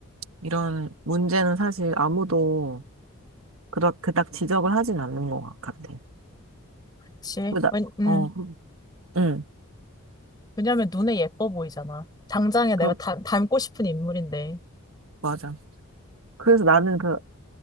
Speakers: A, on the right; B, on the left.
A: 이런 문제는 사실 아무도 그닥, 그닥 지적을 하진 않는 것 같아.
B: 그치?
A: 그다,
B: 왜, 음,
A: 어, 응,
B: 왜냐면 눈에 예뻐 보이잖아. 당장에 내가
A: 그,
B: 닮, 닮고 싶은 인물인데.
A: 맞아. 그래서 나는 그